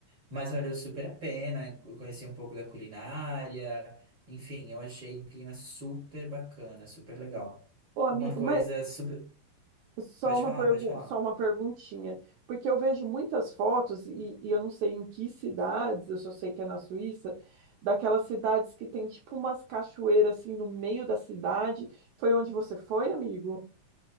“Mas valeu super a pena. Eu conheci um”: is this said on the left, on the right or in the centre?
Right